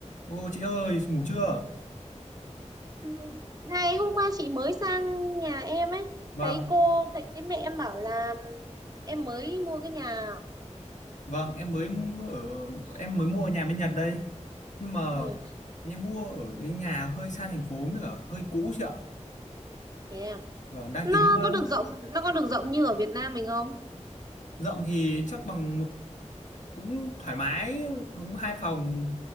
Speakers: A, on the left; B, on the right.
A: Ô chị ơi, ngủ chưa?
B: Thương. Này hôm qua chị mới sang nhà em ấy
A: Vâng,
B: thấy cô thấy thấy mẹ em bảo là em mới mua cái nhà
A: vâng, em mới ở em mới mua nhà bên Nhật đây. Nhưng mà
B: ừ
A: em mua ở cái nhà hơi xa thành phố mới cả hơi cũ chị ạ.
B: thế à
A: Vâng, đang
B: nó
A: tính ờ,
B: có được rộng nó có được rộng như ở Việt Nam mình không
A: rộng thì chắc bằng một- cũng thoải mái, cũng hai phòng,